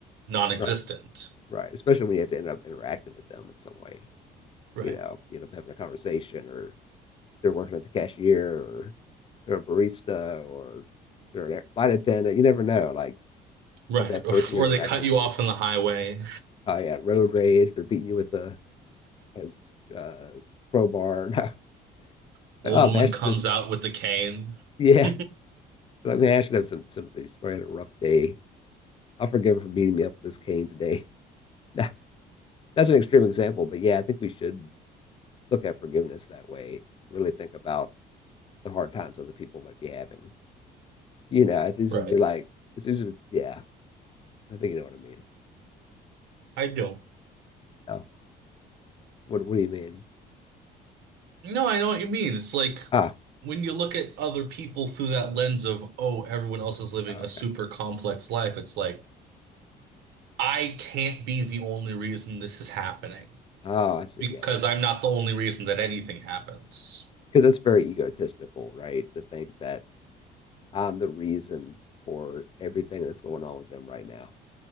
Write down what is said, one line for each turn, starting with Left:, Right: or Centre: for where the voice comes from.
Right: non-existent.
Left: Right. Right. Especially when you have to end up interacting with them in some way.
Right: Right.
Left: You know, you know, having a conversation, or they're working at the cashier, or they're a barista, or they're a flight attendant. You never know, like
Right: Right.
Left: what that person
Right: <laughs> Or
Left: you're
Right: or
Left: interacting
Right: they cut you
Left: with.
Right: off on the highway.
Left: Oh yeah, road rage. They're beating you with a, a uh, crowbar. <laughs>
Right: <laughs>
Left: like,
Right: Old
Left: oh
Right: woman
Left: man, I should
Right: comes
Left: just
Right: out with the cane.
Left: yeah.
Right: <laughs>
Left: I mean, I should have some sympathy. She's probably had a rough day. I'll forgive her for beating me up with this cane today. <laughs> that's an extreme example, but yeah, I think we should look at forgiveness that way. Really think about the hard times other people might be having. You know, it's easy
Right: Right.
Left: to be like, it's easy to, yeah, I think you know what I mean.
Right: I don't.
Left: Oh, what, what do you mean?
Right: No, I know what you mean. It's like
Left: Ah,
Right: when you look at other people through that lens of, oh, everyone else is living
Left: oh, okay.
Right: a super complex life, it's like, I can't be the only reason this is happening
Left: Oh, I see.
Right: because
Left: Yeah, yeah.
Right: I'm not the only reason that anything happens.
Left: Because that's very egotistical, right? To think that I'm the reason for everything that's going on with them right now.